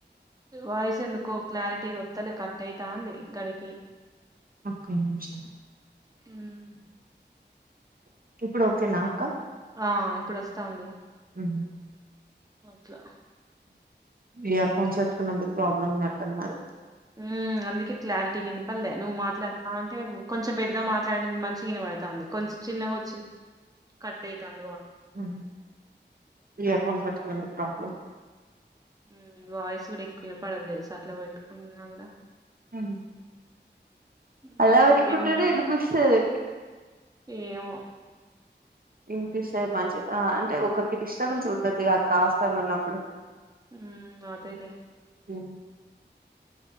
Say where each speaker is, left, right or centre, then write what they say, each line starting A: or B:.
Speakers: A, on the right (about 20°); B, on the right (about 50°).
A: వాయిస్ ఎందుకో క్లారిటీ ఒత్తలే కట్టయితంది గడికి
B: ఒక్క నిమిషం
A: ఉమ్
B: ఇప్పుడు ఓకేనా అక్క
A: ఆ ఇప్పుడు వస్తాంది
B: ఉమ్
A: అట్లా
B: ఇయర్ ఫోన్స్ పెట్టుకున్నందుకు ప్రాబ్లమ్ ఉన్నట్టున్న అది
A: ఉ అందుకే క్లారిటీ వినపల్లే నువ్వు మాట్లాడుతావున్ టే కొంచెం పెద్దగా మాట్లాడింది మంచిగ వినబడుతంది కొంచెం చిన్నగా వచ్చి కట్ అవుతుంది
B: ఆ ఇయర్ ఫోన్స్ పెట్టుకున్నా ప్రాబ్లమ్
A: ఆ వాయిస్ కూడా ఎక్కువ వినపడదు తెలుస అట్లా పెట్టుకున్నా కూడా
B: ఉమ్
A: మ్మ్.
B: అలా పెట్టుకుంటేనే
A: ఏం
B: వినిపిస్తది
A: ఏమో
B: వినిపిస్తే మంచిగా ఆ అంటే ఒకరికి డిస్టర్బెన్స్ ఉండదిగా కాస్తలో ఉన్నప్పుడు
A: ఉ అదేలేే
B: ఉ